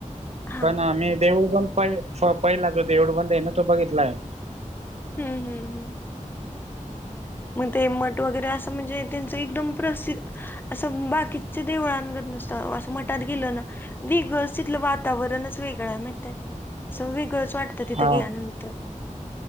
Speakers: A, on the left; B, on the right.
A: हा
B: पण मी देऊळ पण प झोपायला जो देवढ बंद आहे ना तो बघितला आहे.
A: हम्म हम् हम्. मग ते मट वगैरे असं म्हणजे त्यांचं एकदम प्रसिद्ध असं बाकीच देवळांत नसतं असं मठात गेलं ना. वेगळंच तिथलं वातावरणच वेगळं माहतय असं वेगळंच वाट. तिथं
B: हा
A: गेल्यानंतर